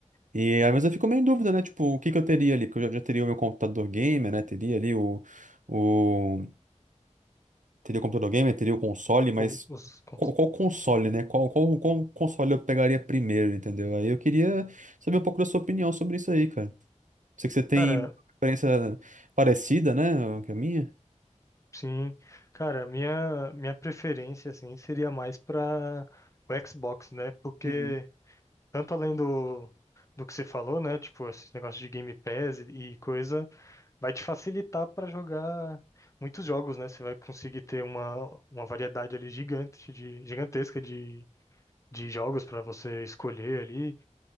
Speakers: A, on the right; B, on the left.
A: E às vezes eu fico meio em dúvida, né? Tipo, o que que eu teria ali? Que eu já, já teria o meu computador gamer, né? Teria ali o, o... Teria o computador gamer, teria o console, mas
B: O- Os, cons-
A: qual, qual console, né? Qual, qual, qual console eu pegaria primeiro, entendeu? Aí eu queria saber um pouco da sua opinião sobre isso aí, cara. Sei que você tem
B: cara,
A: experiência parecida, né? Que a minha.
B: Sim, cara, minha minha preferência assim seria mais para o Xbox, né? Porque
A: Uhum.
B: tanto além do do que você falou, né? Tipo, esses negócios de Game Pass e e coisa, vai te facilitar para jogar muitos jogos, né? Você vai conseguir ter uma uma variedade ali gigante de gigantesca de de jogos para você escolher ali.